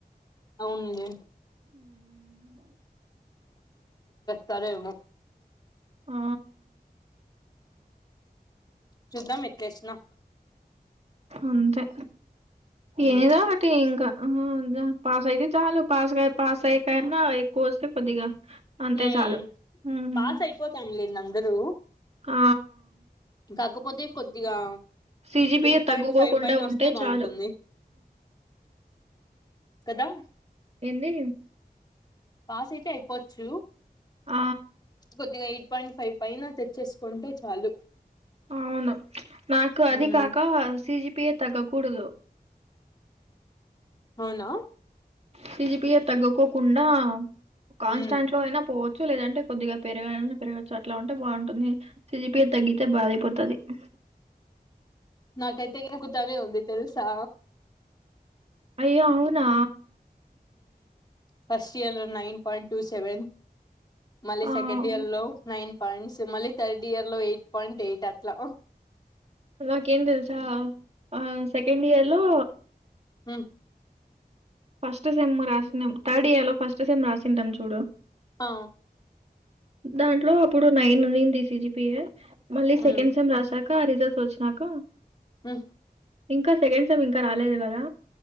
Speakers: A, on the left; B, on the right.
A: అవున్లే సరే ఉమ
B: ఆ
A: చూద్దాం ఎట్లా ఏసినా
B: అంతే
A: ఉమ్
B: ఏదో ఒకటి ఇంకా ఆ పాస్ అయితే చాలు పాస్ కా పాస్ అయి కన్నా ఎక్కువ వస్తే కొద్దిగా అంతే
A: హ్మ్
B: చాలు. హుహు.
A: పాస్ అయిపోతాం లేండి అందరూ
B: ఆ
A: కాకపోతే కొద్దిగా
B: సీజీపిఏ
A: ఎయిట్
B: తగ్గకోకుండా
A: పాయింట్ ఫైవ్ పైన
B: ఉంటే
A: వస్తే బాగుంటుంది
B: చాలు
A: కదా
B: ఏంది
A: పాస్ అయితే అయిపోవచ్చు
B: ఆ!
A: కొద్దిగా పాయింట్ ఫైవ్ పైన తెచ్చేసుకుంటే చాలు
B: అవును నాకు అది
A: ఉమ్
B: కాక సీజి సీజీపిఏ తగ్గకూడదు
A: అవునా
B: సీజిపిఏ తగ్గకోకుండా కాన్స్టాంట్
A: ఉమ్
B: లో అయినా పో లేదంటే కొద్దిగా పెరగా పెరగచ్చు అట్లా ఉంటే బాగుంటుంది సిజిపిఏ తగ్గితే బాధయిపోతుంది <inaudible>
A: నాకైతే తిరుగుతనే ఉంది తెలుసా
B: అయ్యో అవునా
A: ఫస్ట్ ఇయర్లో నైన్ పాయింట్ టూ సెవెన్ మళ్ళీ
B: ఆ!
A: సెకండ్ ఇయర్ లో నైన్ పాయింట్స్ మళ్ళీ థర్డ్ ఇయర్ లో ఎయిట్ పాయింట్ ఎయిట్ అట్లా
B: నాకేం తెల్సా ఆ సెకండ్ ఇయర్ లో
A: మ్
B: ఫస్ట్ సెమ్ రాసినాం థర్డ్ ఇయర్ లో ఫస్ట్ సెమ్ రాసింటాం చూడు
A: ఆ
B: దాంట్లో అప్పుడు నైన్ ఉంది సిజిపిఏ మళ్ళీ సెకండ్
A: ఉమ్
B: సెమ్ రాసాక క రిజల్స్ వచ్చినాక
A: మ్
B: ఇంకా సెకండ్ సేమ్ ఇంకా రాలేదు కదా